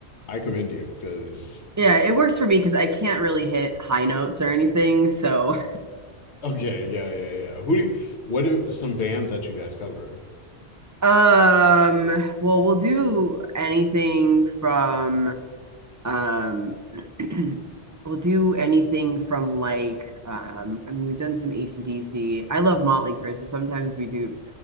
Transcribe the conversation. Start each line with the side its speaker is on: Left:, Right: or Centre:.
Left: I commend you because
Right: it works for me because I can't really hit high notes or anything. So
Left: okay, yeah, yeah, yeah. Who do you, what are some bands that you guys cover?
Right: Um, well, we'll do anything from um <clears throat> we'll do anything from like um I mean we've done some ac I love Motley Crue, so sometimes we do